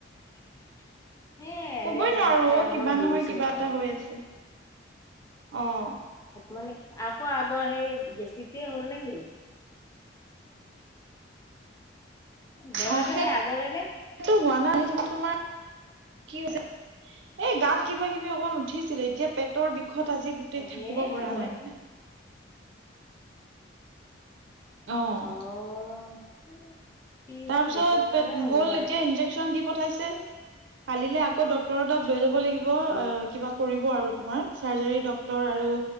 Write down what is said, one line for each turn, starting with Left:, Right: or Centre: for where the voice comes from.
Left: <unintelligible>
Right: কবই
Left: এনে
Right: নোৱাৰো
Left: ভাত খাই
Right: অ',
Left: অকমান
Right: কিবা
Left: বহিছো
Right: নহয় কিবা
Left: ৰ'ব।
Right: এটা হৈ আছে। অ'।
Left: মানে আকৌ আগৰ সেই গেষ্টিকটো এই হ'ল নেকি? বেমাৰটো
Right: অহ সেট
Left: সেই আগৰে নে?
Right: সেইটো হোৱা নাই কিন্তু তোমাৰ কি হৈছে? এই গাত কিবা কিবি অকণ উঠিছিলে এতিয়া পেটৰ বিষত আজি গোটেই
Left: তাকে
Right: থাকিব পৰা
Left: হয়।
Right: নাই মানে। অহ।
Left: অ <unintelligible>
Right: তাৰপিছত
Left: গেছৰ কাৰণেও হ'ব
Right: গ'ল
Left: পাৰে।
Right: এতিয়া ইনজেকচন দি পঠাইছে কালিলে আকৌ ডক্টৰৰ তাত লৈ যাব লাগিব
Left: অ
Right: কিবা কৰিব আৰু তোমাৰ চাৰ্জাৰী ডক্টৰ আৰু